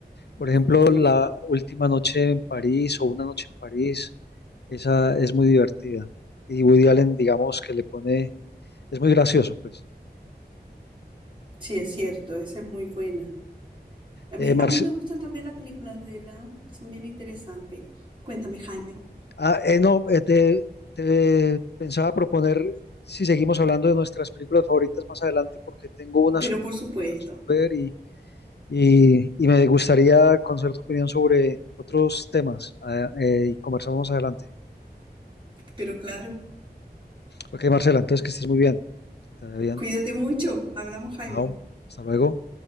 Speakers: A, on the left; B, on the right.
A: Por ejemplo,
B: mm, también.
A: La Última Noche en París o Una Noche en París, esa es muy divertida. Y Woody Allen, digamos, que le pone, es muy gracioso, pues.
B: Sí, es cierto, esa es muy buena. A mí,
A: Eh, Marce-
B: a mí me gustan también las películas de la, son bien interesantes. Cuéntame, Jaime.
A: ah, eh, no, eh, te, te pensaba proponer si seguimos hablando de nuestras películas favoritas más adelante, porque tengo un asunto
B: Pero por supuesto,
A: que resolver y Y, y me gustaría conocer tu opinión sobre otros temas ah, eh, y conversamos más adelante.
B: pero claro,
A: Ok, Marcela, entonces que estés muy bien. Te vaya bien.
B: cuídate mucho. Hablamos, Jaime.
A: Chao. Hasta luego.